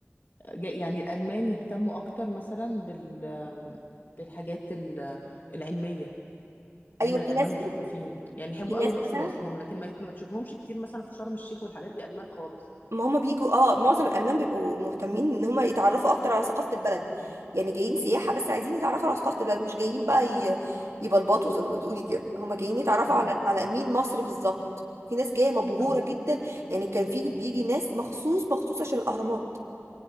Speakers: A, on the left; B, on the right.
A: جا- يعني الالمان يهتموا اكتر مثلا بال بالحاجات ال- العلميه دايما
B: ايوه
A: الالمان
B: في ناس
A: مثقفين
B: وفي
A: يعني يحبوا قوي
B: ناس
A: الاقصر
B: مثلا
A: واسوان لكن ما ما تشوفهمش كتير مثلا في شرم الشيخ والحاجات دي المان خالص
B: ما هما بيجوا اه معظم الالمان بيبقوا مهتمين ان هما يتعرفوا اكتر على ثقافه البلد يعني جايين سياحه بس عايزين يتعرفوا على ثقافه البلد مش جايين بقى ي- يبلبطوا زي ما بتقولي كده هما جايين يتعرفوا
A: اه
B: على على مين مصر بالظبط في ناس جايه مبهوره
A: اه
B: جدا يعني كان في بيجي ناس مخصوص مخصوص عشان الاهرامات